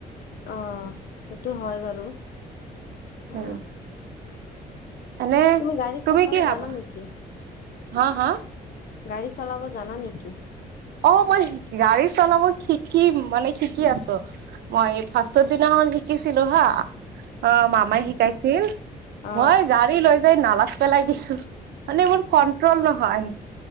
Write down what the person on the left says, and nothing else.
অ সেইটো হয় বাৰু
অ
তুমি গাড়ী চলাব
জানা নেকি
গাড়ী চলাব জানা নেকি
অ